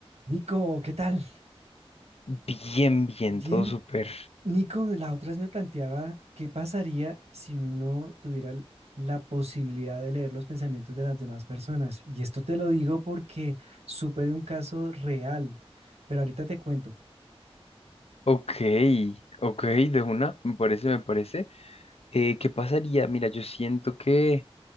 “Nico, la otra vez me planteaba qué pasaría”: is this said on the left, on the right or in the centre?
Right